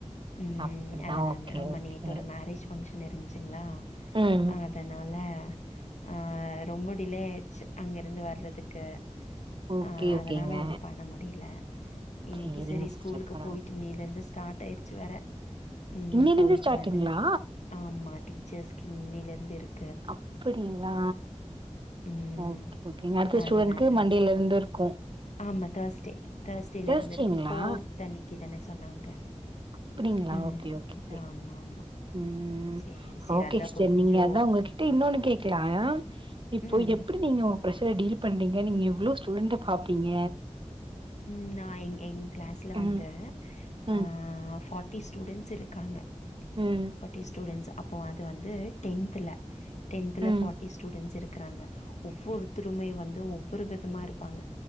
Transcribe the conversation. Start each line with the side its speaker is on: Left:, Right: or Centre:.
Left: ம்
Right: அப்டிதா
Left: அத்னால
Right: ஓகே
Left: ஆமா
Right: ஓகே
Left: நேத்து ஒரு மேரேஜ் ஃபங்க்ஷ் னுருந்ச்சுங்களா
Right: ம்
Left: அதனால ஹ ஆ ரொம்ப டிலே ஆயிருச்சு அங்கருந்து வர்றதுக்கு
Right: ஓகே
Left: ஆ
Right: ஓகேங்க
Left: அதனால ஒண்ணு பண்ண முடியில இன்னிக்கி
Right: சேரிங்க
Left: செரி
Right: சிஸ்டர்
Left: ஸ்கூலுக்கு
Right: பரவால
Left: போயிட்டு இன்னிலந்து டாட்டாயிருச்சு வேற உம்
Right: இன்னைல
Left: போயிட்டு
Right: இருந்து ஸ்டார்ட்டுங்களா
Left: வந்தேனா ஆமா டீச்சஸ்க்கு இன்னில இருந்து இருக்
Right: அப்படிங்ளா
Left: ம்
Right: ஓகே ஓகேங்க அடுத்த ஸ்டூடண்ட்க்கு
Left: அதனால
Right: மண்டேல இருந் ந்திருக்கூ
Left: ஆமா தேஸ்டே தேஸ்டேல
Right: தேர்ஸ்டேங்களா
Left: இருந்து இருக்கு ஃபோர்த் அன்னிக்கு தானே சொன்னாங்க
Right: அப்டிங்ளா
Left: ம்
Right: ஓகே ஓகே.
Left: ஆமா ஆமா
Right: உம்
Left: சேரி சேரி
Right: ஓகே
Left: அதா
Right: சிஸ்டர்
Left: கொஞ்சோ
Right: நீங்க அதா உங்ககிட்ட இன்னொன்னு கேக்லா இப்போ
Left: ம்
Right: எப்பிடி நீங்க ப்ரஷர டீல் பண்ணீங்க நீங்க எவ்ளோ ஸ்டூடண்ட்ட பாப்பீங்க
Left: உம் நா எங் எங் கிளாஸ்ல
Right: ம்
Left: வந்து
Right: ம்
Left: அ ஃபாட் டி ஸ்டுடெண்ட்ஸ் இருக்காங்க
Right: ம்
Left: ஃபட்டி ஸ்டுடெண்ட்ஸா அப்போ அது வந்து டென்த்துல டென்த்துல
Right: ம்
Left: ஃபாட்டி ஸ்டுடெண்ட்ஸ் இருக் க்றாங்க ஒவ்வொருத்திருமே வந்து ஒவ்வொரு விதமா இருப்பாங்க